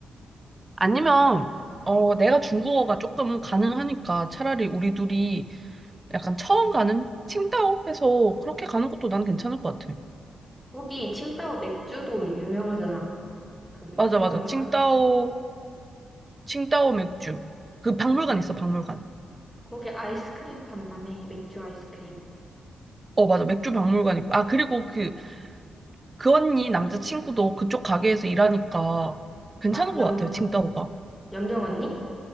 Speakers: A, on the right (about 20°); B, in the centre.
A: 아니면, 어, 내가 중국어가 조금 가능하니까 차라리 우리 둘이 약간 처음 가는 칭다오 해서 그렇게 가는 것도 난 괜찮을 것 같아.
B: 거기 칭다오 맥주도 유명하잖아. 그 맥주
A: 맞아,
B: 박물관?
A: 맞아. 칭따오, 칭따오 맥주. 그 박물관 있어, 박물관.
B: 거기 아이스크림 판다며 맥주 아이스크림.
A: 어, 맞아. 맥주 박물관 있고. 아, 그리고 그, 그 언니 남자친구도 그쪽 가게에서 일하니까 괜찮은
B: 아, 영,
A: 것 같아요, 칭따오가.
B: 영경 언니?